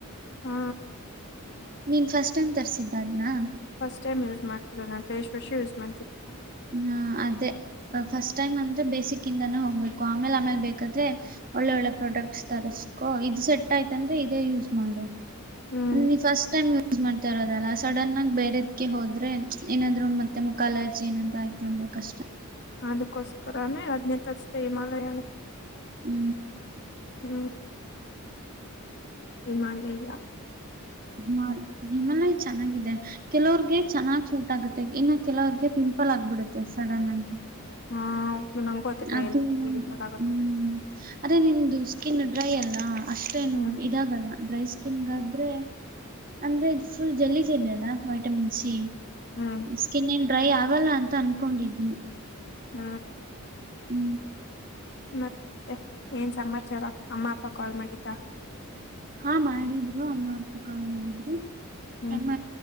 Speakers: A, on the left; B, on the right.
A: ಆ
B: ನೀನ್ ಫಸ್ಟ್ ಟೈಮ್ ತರ್ಸಿದ್ದ ಅದ್ನ.
A: ಫಸ್ಟ್ ಟೈಮ್ ಯೂಸ್ ಮಾಡ್ತಿರಾ ನಾನ್ ಫೇಸ್ ವಾಶ ಯೂಸ್ ಮಾಡತೀನಿ.
B: ಹಾ ಅದೇ ಫಸ್ಟ್ ಟೈಮ್ ಅಂದ್ರೆ ಬೇಸಿಕಿಂದಾನೆ ಹೋಗ್ಬೇಕು ಆಮೇಲ್ ಆಮೇಲ್ ಬೇಕಾದ್ರೆ. ಒಳ್ಳೆ ಒಳ್ಳೆ ಪ್ರೊಡೆಕ್ಸ್ ತರಿಸ್ಕೊ ಇದು ಸೆಟ್ ಆಯ್ತಂದ್ರೆ ಇದೇ ಯೂಸ್ ಮಾಡು.
A: ಹ್ಮ್
B: ಅಂದ್ರ ನೀಫಸ್ಟ್ ಟೈಮ್ ಯೂಸ್ ಮಾಡ್ತಾ ಇರೋದಲ್ಲಾ. ಸಡನ್ನ ಆಗಿ ಬೇರೆದ್ಕ ಹೋದ್ರೆ ಏನಾದ್ರು ಮತ್ತೆ ಮುಖ ಅಲರ್ಜಿ ಏನಾದರು ಆಯತು ಅಂದ್ರೆ ಕಷ್ಟ.
A: ಅದಕ್ಕೋಸ್ಕರನೇ ಅದ್ನೇ ತರ್ದೆ ಹಿಮಾಲಯನೆ.
B: ಹು
A: ಹು ಹಿಮಾಲಯಾ
B: ಹಾ ರಿ ಹಿಮಾಲಯ ಚೆನ್ನಾಗಿದೆ. ಕೆಲವರ್ಗೆ ಚೆನ್ನಾಗ್ ಸೂಟ್ ಆಗುತ್ತೆ ಇನ್ನು ಕೆಲವರ್ಗೆ ಪಿಂಪಲ್ ಆಗ್ಬಿಡುತ್ತೆ ಸಡನ್ ಆಗಿ.
A: ಹಾ ಹೌದು ನಂಗೋ ಅದೆ ಭಯಾ
B: ಅದು
A: ಡಿಫೆಂಡ್ ಆಗುತ್ತೆ.
B: ಹ್ಮ್ ಅದೇ ನಿಂದು ಸ್ಕಿನ್ ಡ್ರೈ ಅಲ್ಲಾ ಅಷ್ಟೇ.
A: ಹು
B: ಇದಾಗಲ್ಲಾ ಡ್ರೈ ಸ್ಕಿನ್ಗಾದ್ರೆ. ಅಂದ್ರೆ ಇದು ಫುಲ್ ಜಲ್ಲಿ ಜಲ್ಲಿ ಅಲ್ಲಾ ವಿಟಮಿನ್ ಸಿ
A: ಹ್ಮ್
B: ಸ್ಕಿನ ಏನ್ ಡ್ರೈ ಆಗಲ್ಲಾ ಅಂತ ಅನ್ಕೊಂಡಿದಿನಿ.
A: ಹ
B: ಹು
A: ಮತ್ತೆ ಏನ ಸಮಾಚಾರಾ ಅಮ್ಮ ಅಪ್ಪಾ ಕಾಲ್ ಮಾಡಿದ್ದ.
B: ಹಾ ಮಾಡಿದ್ರು ಅಮ್ಮ ಅಪ್ಪ ಕಾಲ್ ಮಾಡಿದ್ರು
A: ಹ್ಮ್
B: ತಮ್ಮ.